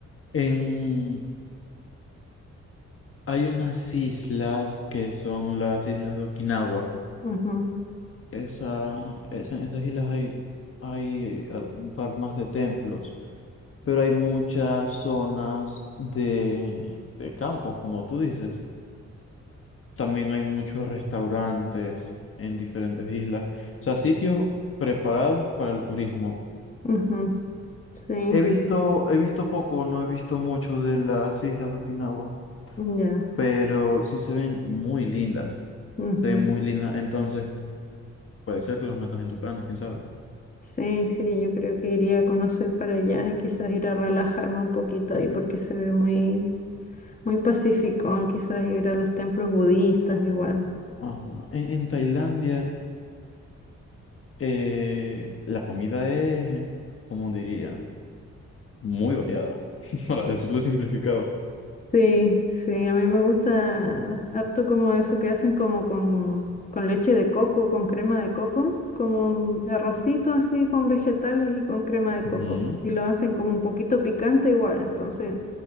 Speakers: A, on the left; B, on the left.
A: En... Hay unas islas que son las islas de Okinawa.
B: ujú,
A: Esa, esa- en esas islas hay, hay un par más de templos, pero hay muchas zonas de, de campos, como tú dices. También hay muchos restaurantes en diferentes islas. O sea, sitios preparados para el turismo.
B: ujú, sí,
A: He
B: sí,
A: visto, he visto poco, no he visto mucho de las islas de Okinawa,
B: ya,
A: pero sí se ven muy lindas.
B: ujú.
A: Se ven muy lindas. Entonces, puede ser que los metas en tus planes, quién sabe.
B: Sí, sí, yo creo que iría a conocer para allá y quizás ir a relajarme un poquito ahí porque se ve muy, muy pacífico, quizás ir a los templos budistas igual.
A: Ajá. En, en Tailandia, eh, la comida es, como diría, muy variada, <laughs> para decirlo simplificado.
B: Sí, sí, a mí me gusta harto como eso que hacen como con, con leche de coco, con crema de coco, como un arrocito así con vegetales y con crema de
A: Ujú.
B: coco. Y lo hacen como un poquito picante igual, entonces